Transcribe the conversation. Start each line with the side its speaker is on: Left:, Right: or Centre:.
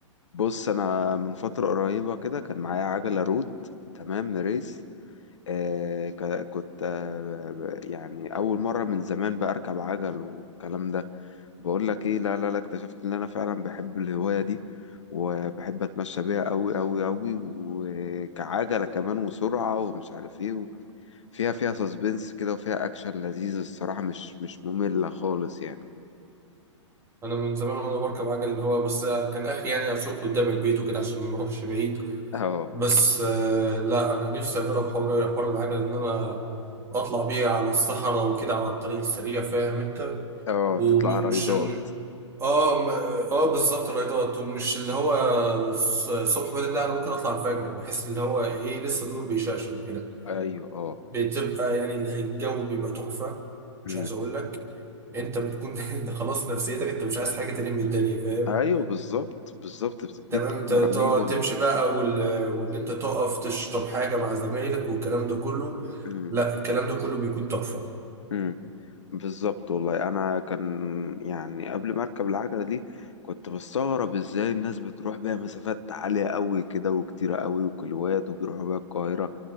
Left: بص أنا من فترة قريبة كده كان معايا عجلة رود تمام ريس آه، ك- كنت آه، ب- يعني أول مرة من زمان بقى أركب عجل والكلام ده بقول لك إيه لا لا لا اكتشفت إن أنا فعلا بحب الهواية دي وبحب أتمشى بيها أوي أوي أوي وكعجلة كمان وسرعة ومش عارف إيه فيها فيها سسبنس كده وفيها أكشن لذيذ الصراحة مش مش مملة خالص يعني
Right: انا من زمان وانا بركب عجل اللي هو بس آه، كان اخري يعني اسوق قدام البيت وكده عشان ما اروحش بعيد
Left: اه
Right: بس آه لا انا نفسي اجرب حوار حوار العجل ان انا اطلع بيه على الصحراء وكده على الطريق السريع فاهم انت
Left: اه
Right: وم-
Left: تطلع
Right: ومش
Left: رايدات
Right: اه م- اه بالظبط الرياضات ومش اللي
Left: مم.
Right: هو الص- الصبح بدري لا انا ممكن اطلع الفجر بحس ان هو ايه لسه النور بيشعشع وكده
Left: ايوه اه
Right: بتبقى يعني الجو بيبقى تحفه مش
Left: أمم.
Right: عايز اقول لك انت بتكون <laughs> انت خلاص نفسيتك انت مش عايز حاجه تاني من الدنيا فاهم
Left: ايوه بالظبط بالظبط بتديك
Right: تمام
Left: طاقة
Right: انت تقعد
Left: رهيبة
Right: تمشي بقى وال... وان انت تقف تشرب حاجه مع زمايلك والكلام ده كله
Left: ومطورة
Right: لا الكلام ده كله بيكون تحفه
Left: امم بالظبط والله انا كان يعني قبل ما اركب العجله دي كنت بستغرب ازاي الناس بتروح بيها مسافات عاليه قوي كده وكتيره قوي وكيلوات وبيروحوا بيها القاهره